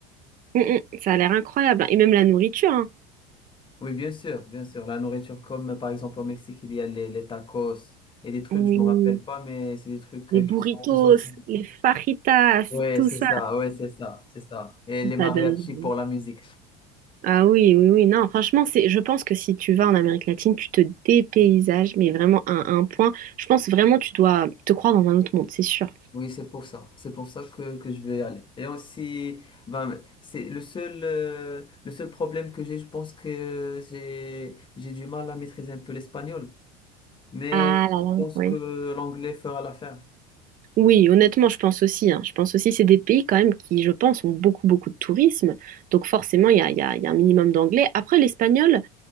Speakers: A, on the right; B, on the left.
A: Mm, mm. Ça a l'air incroyable. hein. Et même la nourriture, hein.
B: Oui, bien sûr, bien sûr. La nourriture, comme euh, par exemple au Mexique, il y a les, les tacos et des trucs,
A: Oui.
B: je me rappelle pas, mais c'est des trucs
A: Les
B: euh,
A: burritos,
B: qui sont exotiques.
A: les fajitas,
B: Oui,
A: tout
B: c'est
A: ça.
B: ça, oui, c'est ça, c'est ça. Et les mariachis
A: Ça donne...
B: pour la musique.
A: Ah oui, oui, oui. Non, franchement, c'est, je pense que si tu vas en Amérique latine, tu te dépaysages, mais vraiment à un point. Je pense vraiment tu dois te croire dans un autre monde, c'est sûr.
B: Oui, c'est pour ça. C'est pour ça que, que je vais y aller. Et aussi, ben, c'est le seul, euh, le seul problème que j'ai, je pense que j'ai, j'ai du mal à maîtriser un peu l'espagnol. Mais
A: Ah là
B: je
A: là,
B: pense
A: oui.
B: que l'anglais fera l'affaire.
A: Oui, honnêtement, je pense aussi. hein. Je pense aussi c'est des pays quand même qui, je pense, ont beaucoup, beaucoup de tourisme. Donc forcément, il y a, il y a- il y a un minimum d'anglais. Après, l'espagnol,